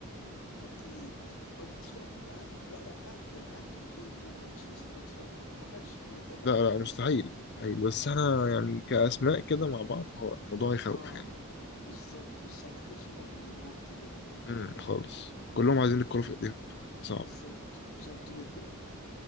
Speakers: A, on the left; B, on the left.
A: وكيد او مش لا مش هم انت لا لا انت فعلا انت وكيد ولوك اكشلي سكوت فت ما اعتقدش ان هم ثلاثه
B: لا لا
A: بيحتاجوا
B: مستحيل
A: الكوره في ايديهم
B: مستحيل بس انا
A: اه
B: يعني كاسماء كده مع بعض هو الموضوع يخوف
A: اه
B: يعني
A: بالظبط بس ما اعتقدش ان هم they will work together يعني
B: امم خالص كلهم عايزين الكرة في ايديهم صعب
A: بالظبط بالظبط جدا يعني